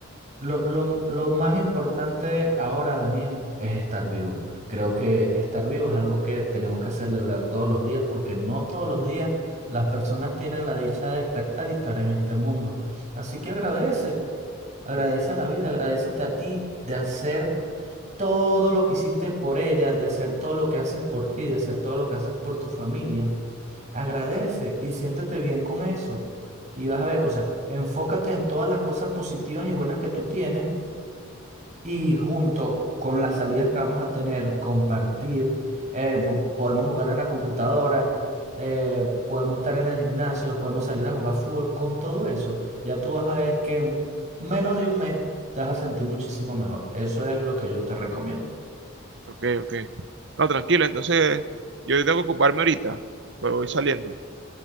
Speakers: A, on the right (about 35°); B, on the right (about 60°).
A: Lo, lo- lo más importante ahora, Daniel, es estar vivo. Creo que estar vivo es algo que tenemos que celebrar todos los días porque no todos los días las personas tienen la dicha de despertar y estar en este mundo. Así que agradece, agradece la vida, agradecete a ti de hacer todo lo que hiciste por ella, de hacer todo lo que haces por ti, de hacer todo lo que haces por tu familia. Agradece y siéntete bien con eso. Y vas a ver, o sea, enfócate en todas las cosas positivas y buenas que tú tienes y junto con las salidas que vamos a tener, compartir, eh, pu- podemos jugar en la computadora, eh, podemos estar en el gimnasio, podemos salir a jugar fútbol, con todo eso, ya tú vas a ver que en menos de un mes te vas a sentir muchísimo mejor. Eso es lo que yo te recomiendo.
B: Ok, ok. No, tranquilo, entonces yo tengo que ocuparme ahorita, pero voy saliendo.